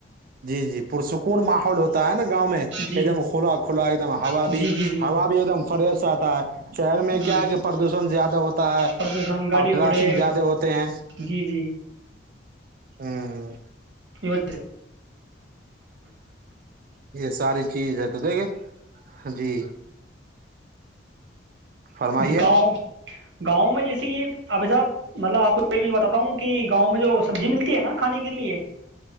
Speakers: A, on the right; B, on the right.
A: جی جی پرسکون ماحول ہوتا ہے نا گاؤں میں
B: جی
A: ایک دم کھلا کھلا ایک دم ہوا
B: جی
A: بھی
B: جی جی
A: ہوا بھی ایک دم فریش آتا ہے شہر میں
B: جی
A: کیا ہے کہ پردوشن زیادہ ہوتا ہے
B: پردوشن گاڑی
A: اور ٹرافک
B: گھوڑے
A: زیادہ ہوتے ہیں
B: جی جی
A: ہوں
B: یہ
A: یہ ساری چیز ہے تو دیکھے جی فرمائیے
B: گاؤں گاؤں میں جیسے کہ ابھی صاحب مطلب آپ کو یہ بھی بتاتا ہوں کہ گاؤں میں جو سبزی ملتی ہے نا کھانے کے لیے